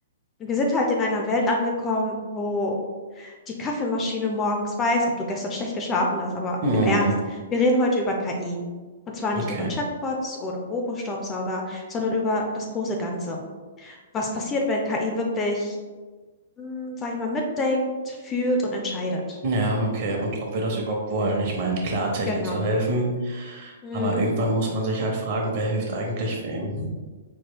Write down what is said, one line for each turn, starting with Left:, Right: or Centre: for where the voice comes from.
Left: Wir sind halt in einer Welt angekommen, wo die Kaffeemaschine morgens weiß, ob du gestern schlecht geschlafen hast, aber
Right: Hm,
Left: im Ernst, wir reden heute über KI. Und zwar nicht
Right: okay.
Left: über Chatbots oder Robostaubsauger, sondern über das große Ganze. Was passiert, wenn KI wirklich, hm, sag ich mal, mitdenkt, fühlt und entscheidet?
Right: Ja, okay. Und ob wir das überhaupt wollen? Ich meine, klar, Technik
Left: Genau.
Right: soll helfen,
Left: Mhm.
Right: aber irgendwann muss man sich halt fragen, wer hilft eigentlich wem?